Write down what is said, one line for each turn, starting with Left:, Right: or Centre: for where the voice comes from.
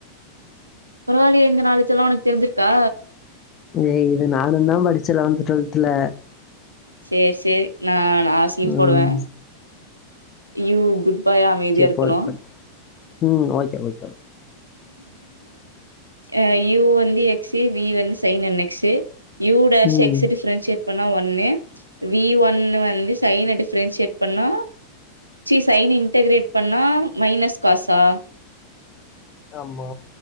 Right: பரவாலியே இந்த நாலெட்ஜெ எல்லாம் உனக்கு தெரிஞ்சிருக்கா
Left: ஏய் இது நானும் தான் படிச்சேன் லெவன்த் டுவெல்த்ல
Right: சேரி சேரி நா நான் சீன்
Left: ம்.
Right: போடுவே யு குட் பாயா அமைதியா
Left: சரி
Right: இருக்கணு
Left: ப பம் ம் ஓகேஓகே
Right: அ யூ வந்து எக்ஸு ப வந்து sine and x you dash
Left: ம்.
Right: எக்ஸ் ச டிஃப்ரென்ஷியேட் பண்ணா ஒன்னு வி ஒன்னு வந்து சைன் டிஃபரென்ஸ் செட் பண்ணா சி சைன் இன்டகரேட் பண்ணா மைனஸ் காசா
Left: ஆமா